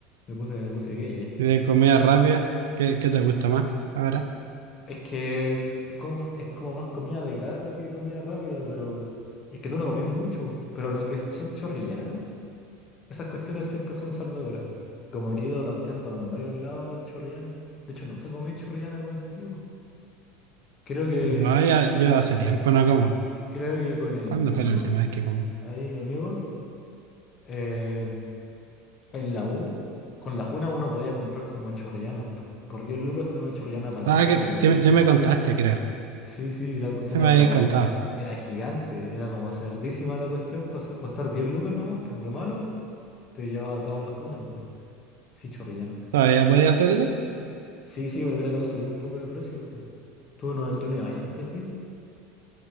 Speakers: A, on the left (about 40°); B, on the right (about 75°).
A: Me puse, me puse gay ahí.
B: Y de comida rápida, ¿qué, qué te gusta más ahora?
A: Es que como, es como más comida de casa que comida rápida, pero es que tú no comés mucho. Pero lo que son chorrillanas, esas cuestiones siempre son salvadoras. Como que he ido tanteando en varios lados chorrillanas. De hecho, nunca comí chorrillana contigo. Creo que,
B: No, ya- yo hace tiempo no como.
A: creo que con el
B: ¿Cuándo
A: Nico,
B: fue la última vez que comí?
A: ahí mi amigo, eh, en la U, con la Juna uno podía comprar como chorrillanas. po. Por 10 lucas tenía una chorrillana para
B: Ah,
A: tres con
B: que,
A: bebida.
B: sí, me sí me contaste, creo.
A: Sí, sí, la cuestión
B: Sí
A: era
B: me habías
A: como,
B: contado.
A: e- era gigante, era como cerdísima la cuestión, pasó, costar 10 lucas nomás, pues lo malo, te llevaba toda la juna, pues. Sí, chorrillana.
B: ¿Todavía podía hacer eso?
A: Sí, sí, pero creo que han subido un poco de precio, pues. Tú no, tú no ibas antes así,